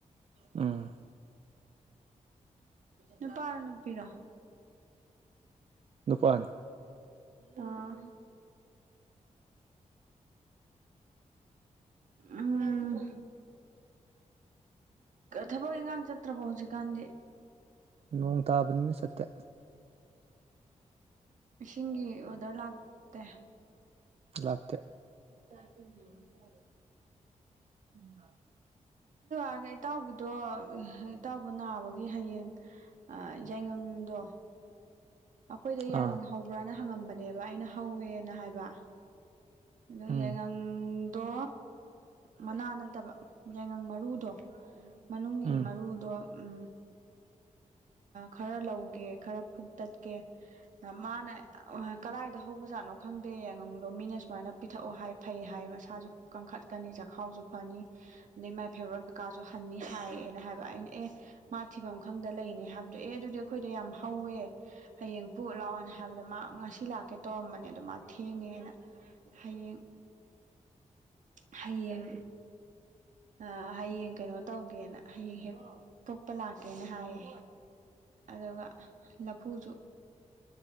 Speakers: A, on the right (about 50°); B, on the right (about 75°).
A: ꯎꯝ
B: ꯅꯨꯄꯥꯔꯣ ꯅꯨꯄꯤꯔꯣ
A: ꯅꯨꯄꯥꯅꯤ
B: ꯑꯥ ꯎꯝ ꯊꯕꯛ ꯏꯟꯈꯥꯡ ꯆꯠꯇ꯭ꯔꯕꯣ ꯍꯧꯖꯤꯛꯀꯥꯟꯗꯤ
A: ꯅꯣꯡ ꯇꯥꯕꯅꯤꯅ ꯆꯠꯇꯦ
B: ꯏꯁꯤꯡꯒꯤ ꯑꯣꯗꯔ ꯂꯥꯛꯇꯦ
A: ꯂꯥꯛꯇꯦ
B: ꯇꯥꯁꯤ ꯇꯔꯦ
A: ꯎꯝ ꯍ
B: ꯑꯗꯨ ꯏꯇꯥꯎꯕꯤꯗꯣ ꯏꯇꯥꯎꯕ ꯅꯥꯕꯒꯤ ꯍꯌꯦꯡ ꯌꯥꯏꯉꯪꯗꯣ ꯑꯩꯈꯣꯏꯗ ꯌꯥꯏꯉꯪꯍꯧꯕ꯭ꯔꯅ
A: ꯑꯥ
B: ꯍꯪꯉꯝꯕꯅꯦꯕ ꯑꯩꯅ ꯍꯧꯋꯦꯅ ꯍꯥꯏꯕ ꯑꯣ
A: ꯎꯝ
B: ꯌꯥꯏꯉꯪꯗꯣ ꯃꯅꯥ ꯅꯠꯇꯕ ꯌꯥꯏꯉꯪ ꯃꯔꯨꯗꯣ ꯃꯅꯨꯡꯒꯤ
A: ꯎꯝ
B: ꯃꯔꯨꯗꯣ ꯎ ꯈꯔ ꯂꯧꯒꯦ ꯈꯔ ꯐꯨꯛꯇꯠꯀꯦ ꯃꯥꯅ ꯀꯗꯥꯏꯗ ꯍꯧꯕꯖꯥꯠꯅꯣ ꯈꯪꯗꯦ ꯌꯥꯉꯪꯗꯣ ꯃꯤꯅ ꯁꯨꯃꯥꯏꯅ ꯄꯤꯊꯛꯑꯣ ꯍꯥꯏ ꯐꯩ ꯍꯥꯏ ꯃꯁꯥꯁꯨ ꯀꯟꯈꯠꯀꯅꯤ ꯆꯈꯥꯎꯁꯨ ꯐꯅꯤ ꯑꯗꯩ ꯃꯥꯏ ꯐꯦꯕꯚꯣꯔꯥꯏꯠ ꯀꯀꯥꯁꯨ ꯍꯟꯅꯤ ꯍꯥꯏꯌꯦꯅ ꯍꯥꯏꯕ ꯑꯩꯅ ꯑꯦ ꯃꯥ ꯊꯤꯐꯝ ꯈꯪꯗ ꯂꯩꯔꯤꯅ‌ꯦ ꯍꯥꯏꯕꯗꯣ ꯑꯦ ꯑꯗꯨꯗꯤ ꯑꯩꯈꯣꯏꯗ ꯌꯥꯝ ꯍꯧꯋꯦ ꯍꯌꯦꯡ ꯄꯨꯛꯑꯣ ꯂꯥꯛꯑꯣꯅ ꯍꯥꯏꯕꯗ ꯃꯥ ꯉꯁꯤ ꯂꯥꯛꯀꯦ ꯇꯧꯔꯝꯕꯅꯦ ꯑꯗꯣ ꯃꯥ ꯊꯦꯡꯉꯦꯅ ꯍꯌꯦꯡ ꯍꯌꯦꯡ ꯑ ꯍꯌꯦꯡ ꯀꯩꯅꯣ ꯇꯧꯒꯦꯅ ꯍꯌꯦꯡ ꯍꯦꯛ ꯇ‌ꯣꯞꯄ ꯂꯥꯛꯀꯦꯅ ꯍꯥꯏꯌꯦ ꯑꯗꯨꯒ ꯂꯐꯨꯁꯨ